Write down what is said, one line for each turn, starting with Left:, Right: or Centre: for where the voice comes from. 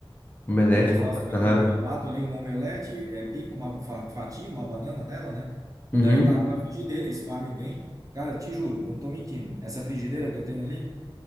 Left: Omelete
Right: Tipo, eu faço,
Left: com... ba-
Right: eu,
Left: Aham.
Right: eu, eu bato ali uma omelete, é, pico uma, fa- fatio uma banana nela, né? E
Left: Uhum.
Right: daí taco na frigideira, espalho bem. Cara, te juro, não tô mentindo. Essa frigideira que eu tenho ali.